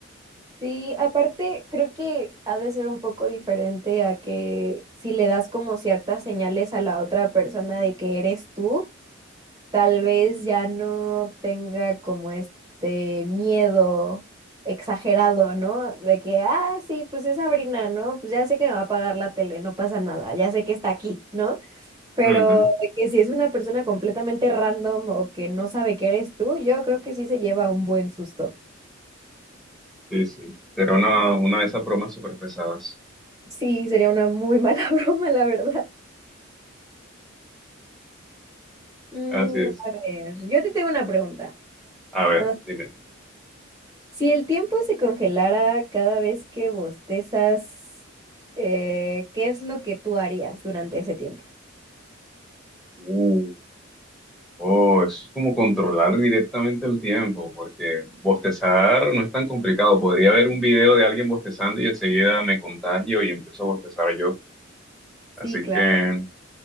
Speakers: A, on the right; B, in the centre.
A: Sí, aparte creo que ha de ser un poco diferente a que si le das como ciertas señales a la otra persona de que eres tú. tal vez ya no tenga como este miedo exagerado, ¿no? De que, ah, sí, pues es Sabrina, ¿no? Pues ya sé que me va a pagar la tele, no pasa nada, ya sé que está aquí, ¿no? Pero
B: Ujú.
A: de que si es una persona completamente random o que no sabe que eres tú, yo creo que sí se lleva un buen susto.
B: Sí, sí. Será una, una de esas bromas súper pesadas.
A: Sí, sería una muy mala <laughs> broma, la verdad. Mm,
B: Así es.
A: a ver, yo te tengo una pregunta.
B: A ver,
A: Ah,
B: dime.
A: Si el tiempo se congelara cada vez que bostezas, eh, ¿qué es lo que tú harías durante ese tiempo?
B: Uh, oh, eso es como controlar directamente el tiempo, porque bostezar no es tan complicado. Podría ver un video de alguien bostezando y enseguida me contagio y empiezo a bostezar yo. Así
A: Sí, claro.
B: que,